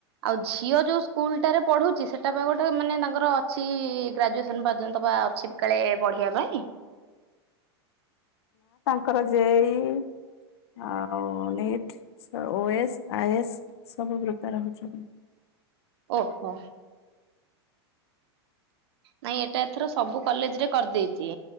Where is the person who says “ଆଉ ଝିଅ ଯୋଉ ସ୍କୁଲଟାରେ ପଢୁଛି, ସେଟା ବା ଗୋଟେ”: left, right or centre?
Right